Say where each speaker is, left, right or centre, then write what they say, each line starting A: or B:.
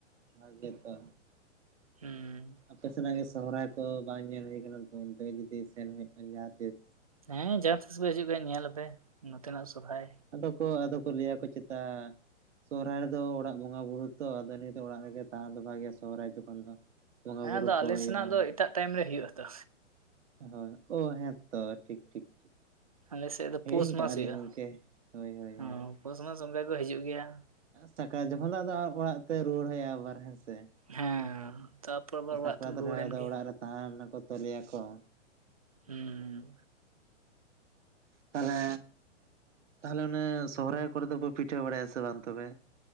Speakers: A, on the right; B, on the right.
A: ᱵᱷᱟᱜᱮ ᱛᱚ
B: ᱦᱮᱸ
A: ᱟᱯᱮ ᱥᱮᱱᱟᱜ ᱜᱮ ᱥᱚᱦᱚᱨᱟᱭ ᱠᱚ ᱵᱟᱝ ᱧᱮᱞ ᱦᱩᱭ ᱟᱠᱟᱱᱟ ᱛᱚ ᱚᱱᱛᱮ ᱜᱮ ᱡᱩᱫᱤ ᱥᱮᱱ ᱦᱩᱭᱩᱜ ᱠᱷᱟᱱ ᱡᱟᱦᱟᱸ ᱛᱤᱥ
B: ᱦᱮᱸ ᱡᱟᱦᱟᱸ ᱛᱤᱥ ᱯᱮ ᱦᱤᱡᱩᱜ ᱯᱮ ᱧᱮᱞ ᱟᱯᱮ ᱱᱚᱛᱮᱱᱟᱜ ᱥᱚᱨᱦᱟᱭ
A: ᱟᱫᱚ ᱠᱚ ᱟᱫᱚ ᱠᱚ ᱞᱟᱹᱭᱟᱼᱠᱚ ᱪᱮᱛᱟ ᱥᱚᱦᱨᱟᱭ ᱨᱮᱫᱚ ᱚᱲᱟᱜ ᱵᱚᱸᱜᱟ ᱵᱩᱨᱩ ᱛᱚ ᱟᱫᱚ ᱱᱤᱛ ᱚᱲᱟᱜ ᱨᱮᱜᱮ ᱛᱟᱦᱮ ᱫᱚ ᱵᱷᱟᱜᱮᱭᱼᱟ ᱥᱚᱦᱚᱨᱟᱭ ᱡᱚᱠᱷᱚᱱ ᱫᱚ ᱵᱚᱸᱜᱟ
B: ᱦᱮᱸᱫᱚ
A: ᱵᱩᱨᱩ ᱠᱚ
B: ᱟᱞᱮ
A: ᱦᱩᱭᱩᱜᱼᱟ
B: ᱥᱮᱱᱟᱜ ᱫᱚ ᱮᱴᱟᱜ ᱴᱟᱭᱤᱢ ᱨᱮ ᱦᱳᱭ ᱟᱛᱚ᱾
A: ᱦᱳᱭ ᱳᱼ ᱦᱮᱸᱼᱛᱚ ᱴᱷᱤᱠ ᱴᱷᱤᱠ ᱴᱷᱤᱠ
B: ᱟᱞᱮ ᱥᱮᱫ ᱫᱚ
A: ᱦᱤᱲᱤᱧ
B: ᱯᱳᱥᱢᱟᱥ
A: ᱠᱟᱜᱼᱟ
B: ᱦᱩᱭᱩᱜᱼᱟ
A: ᱞᱤᱧ ᱜᱚᱝᱠᱮ ᱦᱳᱭ ᱦᱳᱭ ᱦᱳᱭ
B: ᱚ ᱯᱳᱥᱢᱟᱥ ᱚᱱᱠᱟ ᱠᱚ ᱦᱤᱡᱩᱜ ᱜᱮᱭᱟ ᱾
A: ᱥᱟᱠᱨᱟᱛ ᱡᱚᱠᱷᱚᱱ ᱫᱚ ᱟᱫᱚ ᱚᱲᱟᱜ ᱛᱮ ᱨᱩᱣᱟᱹᱲ ᱦᱩᱭᱩᱜᱼᱟ ᱟᱵᱟᱨ ᱦᱮᱸᱥᱮ
B: ᱦᱮᱸ
A: ᱾
B: ᱛᱟᱯᱚᱨ ᱟᱵᱟᱨ
A: ᱥᱟᱠᱨᱟᱛ
B: ᱚᱲᱟᱜ ᱛᱮᱢ ᱨᱩᱣᱟᱹᱲᱮᱱ
A: ᱨᱮ ᱫᱚ
B: ᱜᱮ
A: ᱚᱲᱟᱜ ᱨᱮ ᱛᱟᱦᱮᱸᱱᱟ ᱠᱚ ᱛᱚᱞᱮᱼᱭᱟᱠᱚ
B: ᱦᱩᱸᱻ
A: ᱛᱟᱞᱮ ᱛᱟᱦᱚᱞᱮ ᱚᱱᱮ ᱥᱚᱦᱨᱟᱭ ᱠᱚᱨᱮ ᱫᱚ ᱯᱮ ᱯᱤᱴᱷᱟᱹ ᱵᱟᱲᱟᱭᱼᱟ ᱥᱮ ᱵᱟᱝ ᱛᱚᱵᱮ?